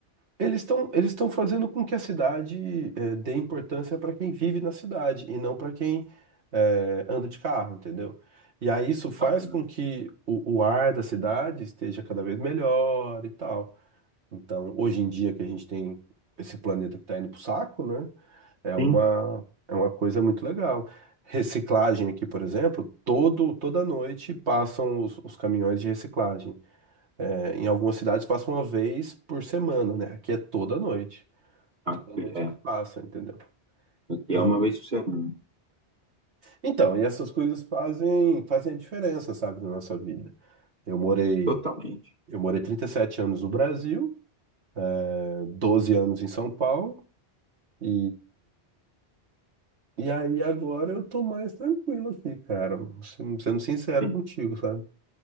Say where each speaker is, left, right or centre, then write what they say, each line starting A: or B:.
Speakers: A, on the right; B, on the right.
A: Eles estão eles estão fazendo com que a cidade eh, dê importância para quem vive na cidade e não para quem eh, anda de carro, entendeu? E aí isso faz
B: Bacana.
A: com que o, o ar da cidade esteja cada vez melhor e tal. Então, hoje em dia que a gente tem esse planeta que está indo pro saco, né? É uma,
B: Sim,
A: é uma coisa muito legal. Reciclagem aqui, por exemplo, todo, toda noite passam os os caminhões de reciclagem. É, em algumas cidades passa uma vez por semana, né? Aqui é toda noite.
B: aqui
A: Toda noite
B: é,
A: eles passam, entendeu?
B: aqui
A: Então,
B: é uma vez por semana.
A: então, e essas coisas fazem, fazem a diferença, sabe, na nossa vida. Eu morei,
B: Totalmente.
A: eu morei 37 anos no Brasil, eh, 12 anos em São Paulo, e, e aí agora eu tô mais tranquilo aqui, cara. Sendo sendo sincero
B: Sim.
A: contigo, sabe?